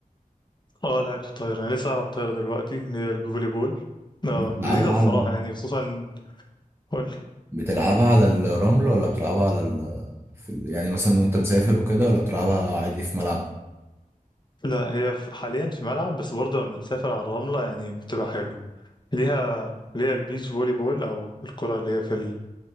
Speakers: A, on the left (about 30°); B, on the right (about 15°).
A: اه لعبت الطايرة أنا لسه ألعب طايرة دلوقتي اللي هي الفولي بول اه
B: بتلعبها
A: لذيذة الصراحة
B: على
A: يعني خصوصا قولي
B: بتلعبها على الرمل ولا بتلعبها على ال... في ال... يعني مثلا وانت مسافر وكده ولا بتلعبها عادي في ملعب
A: لا هي ف- حاليا في ملعب بس برضه لما تسافر على الرملة يعني بتبقى حلوة ليها ليها البيتش فولي بول أو الكرة اللي هي في